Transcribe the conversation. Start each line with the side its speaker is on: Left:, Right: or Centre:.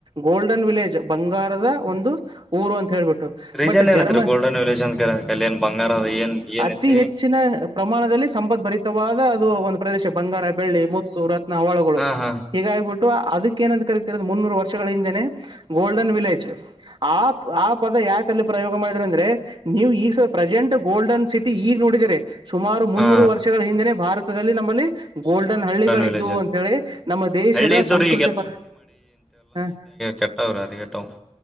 Right: ಗೋಲ್ಡನ್ ವಿಲೇಜ್ ಬಂಗಾರದ ಒಂದು ಊರು ಅಂತ ಹೇಳ್ಬಿಟ್ಟು
Centre: ರೀಸನ್
Right: ಬಟ್
Centre: ಏನತ್ರಿ
Right: ಜರ್ಮ
Centre: ಗೋಲ್ಡನ್ ವಿಲೇಜ್ ಅಂತ ಕಲ್ಲಿ ಏನ್ ಬಂಗಾರ ಅದ ಏನ್ ಏನೈತಿ
Right: ಅತಿ ಹೆಚ್ಚಿನ ಪ್ರಮಾಣದಲ್ಲಿ ಸಂಪ ಸಂಪತ್ ಭರಿತವಾದ ಅದು ಒಂದು ಪ್ರದೇಶ ಬಂಗಾರ ಬೆಳ್ಳಿ ಮುತ್ತು ರತ್ನ ಒಳಗಳು
Centre: ಹಾ ಹಾ
Right: ಹೀಗಾಗಿಬಿಟ್ಟು ಅದಕ್ಕೇನಂತ ಕರತರ ಮುನ್ನೂರು ವರ್ಷಗಳ ಹಿಂದೆನೆ ಗೋಲ್ಡನ್ ವಿಲೇಜ್ ಆ ಆ ಪದ ಯಾಕೆ ಅಲ್ಲಿ ಪ್ರಯೋಗ ಮಾಡಿದ್ರ ಅಂದ್ರೆ ನೀವು ಈಗ ಪ್ರೆಸೆಂಟ್ ಗೋಲ್ಡನ್ ಸಿಟಿ ಈಗ ನೋಡಿದೀರಿ ಸುಮಾರು ಮುನ್ನೂರು
Centre: ಹಾ
Right: ವರ್ಷಗಳ ಹಿಂದೆನೆ ಭಾರತದಲ್ಲಿ ನಮ್ಮಲ್ಲಿ ಗೋಲ್ಡನ್ ಹಳ್ಳಿಗಳಿದ್ದು
Centre: ವಿಲೇಜ್ ಅದ
Right: ಅಂಂತ ಹೇಳಿ ನಮ್ಮ ದೇಶದ
Centre: ಹಳ್ಳಿ ಇದ್ದುರಿ
Right: ಸಂಸ್ಕೃತಿ ಪರ ಹ
Centre: ಕೆಟ್ಟ ವರ ಅದು ಕೆಟ್ಟವು